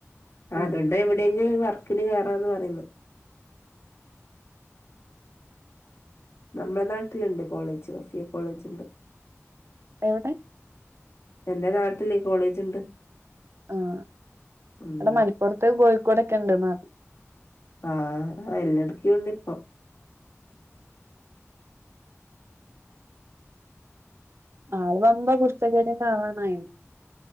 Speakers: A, on the left; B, on the right.
A: ആ
B: ഉം
A: അതുകൊണ്ട എവിടെയെങ്കും വർക്കിന് കയറാന്ന് പറയുന്നു നമ്മുടെ നാട്ടിലുണ്ട് കോളേജ് റഫിയ കോളേജ്ുണ്ട്
B: എവിടെ
A: എന്റെറെ നാട്ടല്ലേ കോളേജ്ുണ്ട്
B: ആഹ
A: ഉം
B: അവിടെ മണപ്പുറത്ത് കോഴിക്കോടൊക്കെ ഉണ്ട്ന്ന് പറഞ്ഞു
A: ആഹ എല്ലാടക്കുണ്ട് ഇപ്പൊ
B: ആൾ വുമമ്പോ കുടുത്തക്കാര കാറണായിരുന്നു